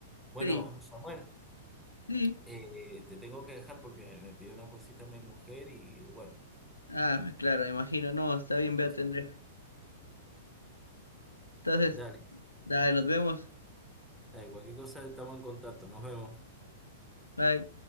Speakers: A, in the centre; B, on the left (about 80°).
A: Bueno,
B: Sí,
A: Samuel,
B: sí.
A: eh, te tengo que dejar porque me pidió una cosita mi mujer y bueno,
B: Ah, claro, me imagino. No, está bien,
A: entonces,
B: voy a atender. Entonces,
A: dale,
B: dale, nos vemos.
A: dale, cualquier cosa estamos en contacto, nos vemos.
B: Bye.